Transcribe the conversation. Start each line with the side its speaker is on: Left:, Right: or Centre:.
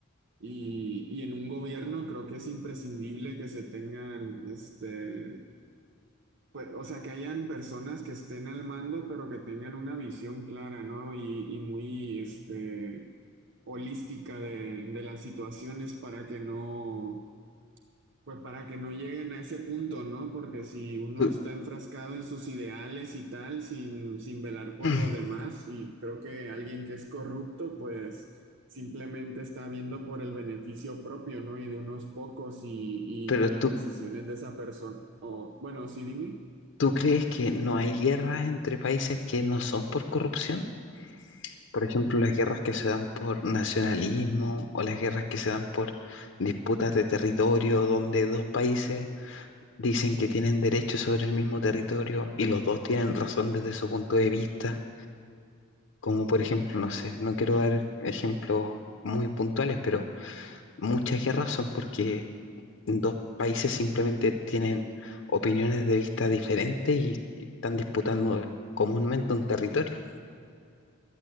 Right: y- y en un gobierno creo que es imprescindible que se tengan, este, pues, o sea, que hayan personas que estén al mando, pero que tengan una visión clara, ¿no? Y, y muy, este, holística de, de las situaciones para que no pues para que no lleguen a ese punto, ¿no? Porque si uno
Left: Tú-
Right: está enfrascado en sus ideales y tal, sin, sin velar
Left: <clears throat>
Right: por los demás, y creo que alguien que es corrupto, pues simplemente está viendo por el beneficio propio, ¿no? Y de unos pocos y,
Left: Pero
Right: y pues
Left: tú,
Right: las decisiones de esa persona. O bueno, sí, dime.
Left: ¿Tú crees que no hay guerras entre países que no son por corrupción? Por ejemplo, las guerras que se dan por nacionalismo o las guerras que se dan por disputas de territorio donde dos países dicen que tienen derecho sobre el mismo territorio y los dos tienen razón desde su punto de vista. Como por ejemplo, no sé, no quiero dar ejemplos muy puntuales, pero muchas guerras son porque dos países simplemente tienen opiniones de vista diferentes y, y están disputando comúnmente un territorio.